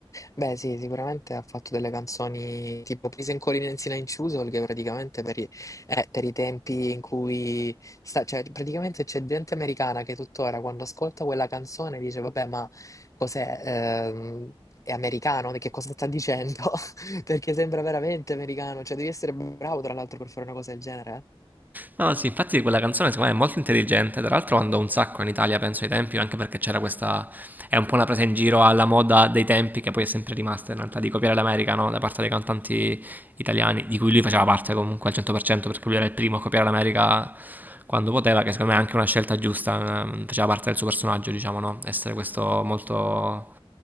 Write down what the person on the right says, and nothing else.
No, sì, infatti quella canzone secondo me è molto intelligente, tra l'altro andò un sacco in Italia, penso ai tempi, anche perché c'era questa, è un po' una presa in giro alla moda dei tempi che poi è sempre rimasta in realtà di copiare l'America, no? Da parte dei cantanti italiani, di cui lui faceva parte comunque al 100% perché lui era il primo a copiare l'America quando poteva, che secondo me è anche una scelta giusta, ehm, faceva parte del suo personaggio, diciamo, no? Essere questo molto